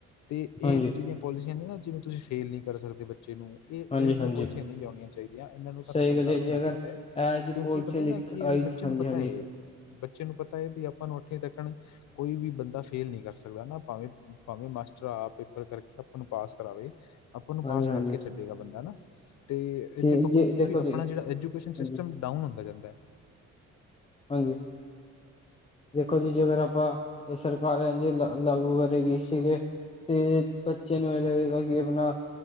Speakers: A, on the left; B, on the left.
A: ਤੇ ਇਹ
B: ਹਾਂਜੀ
A: ਜਿਹੜੀਆਂ ਪੌਲਿਸੀ ਆਂਦੀ ਨਾ ਜਿਵੇਂ ਤੁਸੀਂ ਫੇਲ ਨੀ ਕਰ ਸਕਦੇ ਬੱਚੇ ਨੂੰ <unintelligible> ਇਹੋ
B: ਹਾਂਜੀ
A: ਜਿਹੀਆਂ
B: ਹਾਂਜੀ
A: ਪੌਲਿਸੀਆਂ ਨਹੀਂ ਲਿਆਉਣੀਆਂ ਚਾਹੀਦੀਆਂ ਇਹਨਾਂ ਨੂੰ ਤਾਂ
B: ਸਹੀ
A: ਖ਼ਤਮ
B: ਗੱਲ
A: ਕਰ
B: ਹੈ
A: ਦੇਣਾ
B: ਜੀ ਅਗਰ
A: ਚਾਹੀਦਾ ਏ।
B: ਇਹ ਜੀ
A: ਕਿਉਂਕਿ
B: ਪੋਲਸੀ
A: ਪਤਾ
B: ਲਿਖ
A: ਹੈ ਨਾ ਕੀ ਹੈ
B: ਆਈ
A: ਵੀ ਬੱਚੇ
B: ਹਾਂਜੀ
A: ਨੂੰ ਪਤਾ
B: ਹਾਂਜੀ
A: ਏ ਬੱਚੇ ਨੂੰ ਪਤਾ ਏ ਵੀ ਆਪਾਂ ਨੂੰ ਅੱਠਵੀਂ ਤੱਕਣ ਕੋਈ ਵੀ ਬੰਦਾ ਫੇਲ ਨੀਂ ਕਰ ਸਕਦਾ ਨਾ ਭਾਵੇਂ ਭਾਵੇਂ ਮਾਸਟਰ ਆਪ ਪੇਪਰ ਕਰਕੇ ਆਪਾਂ ਨੂੰ ਪਾਸ ਕਰਾਵੇ। ਆਪਾਂ ਨੂੰ ਪਾਸ
B: ਹਾਂਜੀ ਹਾਂਜੀ
A: ਕਰਕੇ ਛੱਡੇਗਾ ਬੰਦਾ ਨਾ ਤੇ ਇਹਦੇ
B: ਜੀ
A: ਪੱਖੋਂ
B: ਜੀ
A: ਕੀ ਹੈ
B: ਦੇਖੋ
A: ਵੀ ਆਪਣਾ
B: ਜੀ
A: ਜਿਹੜਾ ਐਜੂਕੇਸ਼ਨ
B: ਹਾਂਜੀ
A: ਸਿਸਟਮ ਡਾਊਨ ਹੁੰਦਾ ਜਾਂਦਾ।
B: ਹਾਂਜੀ। ਵੇਖੋ ਜੀ ਜੇ ਅਗਰ ਆਪਾਂ ਇਹ ਸਰਕਾਰ <unintelligible> ਲਾਗੂ ਕਰੇਗੀ ਸੀਗੇ ਤੇ ਬੱਚੇ ਨੂੰ ਇਹ ਲੱਗੇਗਾ ਕਿ ਆਪਣਾ